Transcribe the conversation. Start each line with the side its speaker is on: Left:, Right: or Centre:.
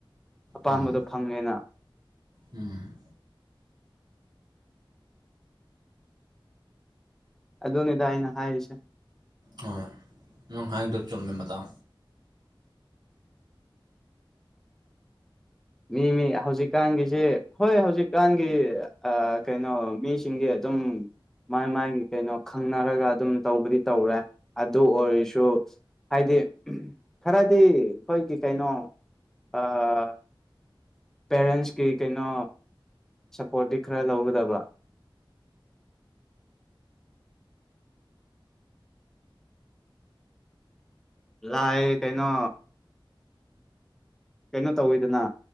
Centre: ꯑꯄꯥꯝꯕꯗꯣ
Right: ꯎꯝ ꯎꯝ
Centre: ꯐꯪꯉꯦꯅ
Right: ꯎꯝ
Centre: ꯑꯗꯨꯅꯤꯗ ꯑꯩꯅ ꯍꯥꯏꯔꯤꯁꯦ
Right: ꯍꯣꯏ ꯅꯪ ꯍꯥꯏꯗꯣ ꯆꯨꯝꯃꯦ ꯃꯇꯥꯎ
Centre: ꯃꯤ ꯃꯤ ꯍꯧꯖꯤꯛꯀꯥꯟꯒꯤꯁꯦ ꯍꯣꯏ ꯍꯧꯖꯤꯛꯀꯥꯟꯒꯤ ꯀꯩꯅꯣ ꯃꯤꯁꯤꯡꯒꯤ ꯑꯗꯨꯝ ꯃꯥꯥꯏ ꯃꯥꯒꯤ ꯀꯩꯅꯣ ꯈꯪꯅꯔꯒ ꯑꯗꯨꯝ ꯇꯧꯕꯗꯤ ꯇꯧꯔꯦ ꯑꯗꯨ ꯑꯣꯏꯔꯁꯨ ꯍꯥꯏꯗꯤ ꯈꯔꯗꯤ ꯑꯩꯈꯣꯏꯒꯤ ꯀꯩꯅꯣ ꯑꯥ ꯄꯦꯔꯦꯟꯁꯀꯤ ꯀꯩꯅꯣ ꯁꯞꯄꯣꯔꯠꯇꯤ ꯈꯔ ꯂꯧꯒꯗꯕ ꯂꯥꯏꯑꯦ ꯀꯩꯅꯣ ꯀꯩꯅꯣ ꯇꯧꯋꯤꯗꯅ